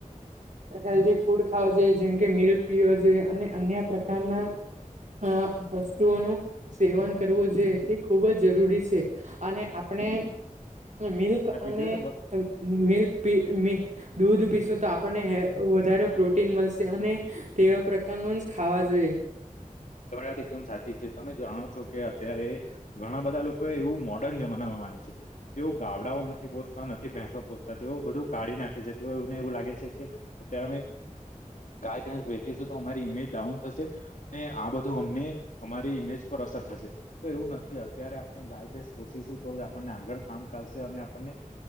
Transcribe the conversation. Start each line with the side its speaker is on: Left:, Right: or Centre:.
Right: હેલ્ધ ફૂડ ખાવ જોઈએ જેમ કે મિલ્ક પીવ જોઈએ. અન્ય પ્રકારના વસ્તુઓનું સેવન કરવું જોયે તે ખૂબ જ જરૂરી છે અને આપણે મિલ્ક
Left: મેં પીધું
Right: અને
Left: છે બસ
Right: મિલ્ક પી મી દૂધ પીશું તો આપને વધારે પ્રોટીન મળશે અને તેવા પ્ર કાન <unintelligible> ખાવા જોઈએ
Left: <inaudible> તમારી વાત એકદમ સાચી છે તમે જાણો છો કે અત્યારે ઘણા બધા લોકો એવું મોડર્ન જમાનામાં તેઓ ગાવડાઓ નથી પોચતા નથી ભેસો પોચતા તેઓ બધું કાઢી નાખે છે તેઓને એવું લાગે છે <unintelligible> ગાય બેસ વચીસુ તો અમારી ઇમેજ ડાઉન થશે અને આ બધ ધૂ અમને અમારી ઇમેજ પર અસર થશે તો એવું નથી અત્યારે આપણે ગાય ભેસ પોશું તો જ આપ આગળ કામ ચાલશે અને આપણને